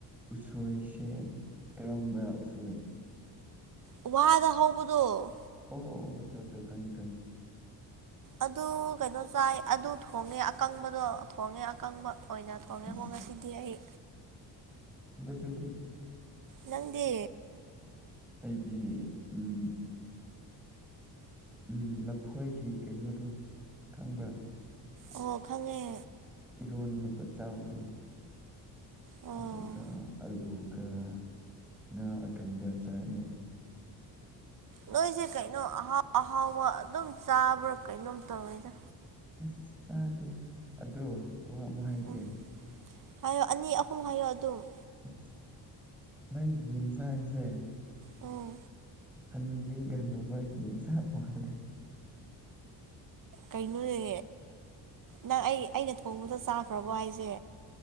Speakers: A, in the centre; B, on the right.
A: ꯎꯁꯣꯏꯁꯦ ꯀꯔꯝꯕ ꯎꯁ
B: ꯋꯥꯗ ꯍꯧꯕꯗꯣ
A: ꯑꯣ ꯍꯣ ꯑꯣ ꯍꯣ ꯆꯣ ꯆꯣ ꯈꯪꯉꯤ ꯈꯪꯉꯤ
B: ꯑꯗꯨ ꯀꯩꯅꯣ ꯆꯥꯏ ꯑꯗꯨ ꯊꯣꯡꯉꯦ ꯑꯀꯪꯕꯗꯣ ꯊꯣꯡꯉꯦ ꯑꯀꯪꯕ ꯑꯣꯏꯅ ꯊꯣꯡꯉꯦ
A: ꯑꯁ
B: ꯍꯣꯡꯉꯁꯤꯗꯤ ꯑꯩ
A: ꯏꯁꯗꯤ
B: ꯅꯪꯗꯤ
A: ꯑꯩꯗꯤ ꯎꯝ ꯎꯝ ꯂꯐꯣꯏꯒꯤ ꯀꯩꯅꯣꯗꯣ ꯈꯪꯕ꯭ꯔꯥ
B: ꯑꯣ ꯈꯪꯉꯦ
A: ꯏꯔꯣꯟꯅꯕ ꯆꯥꯎꯗꯣ
B: ꯑꯣ
A: ꯑꯗꯨꯒ ꯑꯂꯨꯒ ꯉꯥ ꯑꯀꯪꯕ ꯆꯥꯏꯑ
B: ꯅꯣꯏꯁꯦ ꯀꯩꯅꯣ ꯑꯍꯥꯎ ꯑꯍꯥꯎꯕ ꯑꯗꯨꯝ ꯆꯥꯕ꯭ꯔꯥ ꯀꯩꯅꯣꯝ ꯇꯧꯋꯤꯗ
A: ꯑ ꯆꯥꯗꯦ ꯑꯗꯣ ꯋꯥ ꯑꯃꯍꯥꯏꯒꯤ
B: ꯎꯝ ꯍꯥꯏꯌꯣ ꯑꯅꯤ ꯑꯍꯨꯝ ꯍꯥꯏꯌꯣ ꯑꯗꯨꯝ
A: ꯑꯁ ꯅꯪꯒꯤ ꯌꯦꯟꯁꯥꯡꯁꯦ
B: ꯎꯝ
A: ꯑꯅꯨꯕꯤꯒꯅꯨꯕꯒꯤ ꯌꯦꯟꯁꯥꯡ ꯃꯥ ꯃꯥꯜꯂꯦ
B: ꯀꯩꯅꯣꯅꯦ ꯅꯪ ꯑꯩ ꯑꯩꯅ ꯊꯣꯡꯕꯗ ꯆꯥꯈ꯭ꯔꯕꯣ ꯍꯥꯏꯁꯦ